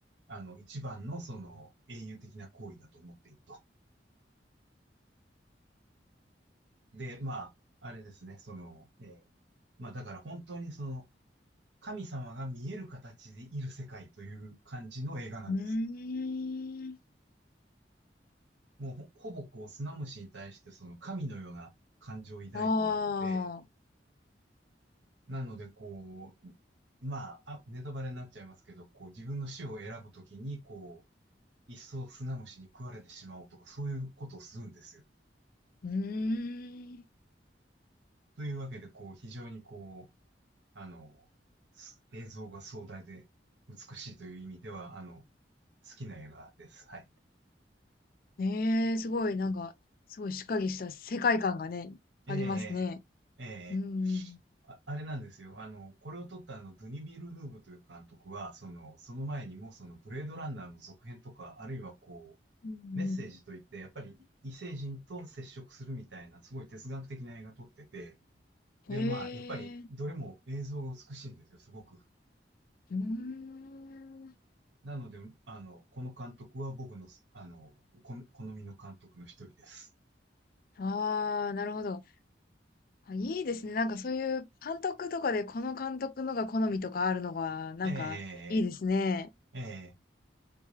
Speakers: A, on the right; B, on the left.
A: あの、一番の、その、英雄的な行為だと思っていると。で、まあ、あれですね、その、えーまあ、だから本当にその、神様が見える形でいる世界という感じの映画なんですよ。
B: うーん。
A: もうほ、ほぼこう、砂虫に対して、その、神のような感情を抱いているので、
B: ああ。
A: なので、こう、まあ、あ、ネタバレになっちゃいますけど、こう、自分の死を選ぶときに、こう、一層スナムシに食われてしまおうとか、そういうことをするんですよ。
B: うーん。
A: というわけで、こう、非常にこう、あの、す映像が壮大で美しいという意味では、あの、好きな映画です。はい。
B: ねえ、すごい、なんか、すごいしっかりした世界観がね、
A: ええ、
B: ありますね。
A: ええ、ええ、
B: うん、
A: あ、あれなんですよ。あの、これを撮ったあの、ドゥニ・ビルヌーブという監督は、その、その前にも、その、ブレードランナーの続編とか、あるいはこう、
B: うん、
A: メッセージといって、やっぱり異星人と接触するみたいな、すごい哲学的な映画撮ってて、で、
B: うん。へえ、
A: まあ、やっぱりどれも映像が美しいんですよ、
B: う
A: すごく。
B: ーん。
A: なので、あの、この監督は僕の、あの、こ好みの監督の一人です。
B: ああ、なるほど。あ、いいですね。なんかそういう監督とかでこの監督のが好みとかあるのが、なんかいいですね。
A: えー、えー、